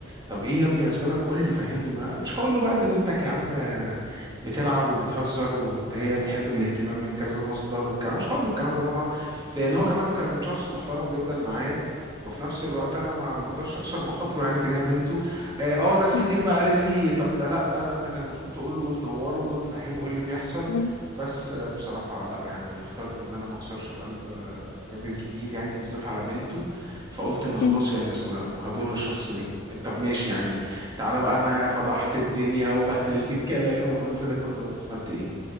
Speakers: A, on the right; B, on the left.
A: طب ايه يا ابني اسبابك قول لي فهمني ما مش هقول له بقى ان بنتك يا عم بتلعب وبتهزر وهي بتحب الاهتمام من كذا مصدر والكلام مش هقول له الكلام ده طبعا لان هو كمان كان شخص محترم جدا معايا وفي نفس الوقت انا ما ما اقدرش اكسر بخاطره يعني تجاه بنته اه آه، ناس كتير
B: مم.
A: بقى قالت لي طب ده لا ده انت كان المفروض تقول له وتنوره وتفهمه ايه اللي بيحصل
B: مم.
A: بس آه، بصراحة لا يعني اخترت ان انا ما اكسرش بقلب آه، راجل كبير يعني وبالذات على بنته فقلت ان خلاص
B: مم.
A: يعني اصل هضر الشخص ده طب ماشي يعني تعالى بقى انا فضحت الدنيا وبهدلت الكلام وعملت ده كله طب انا استفدت ايه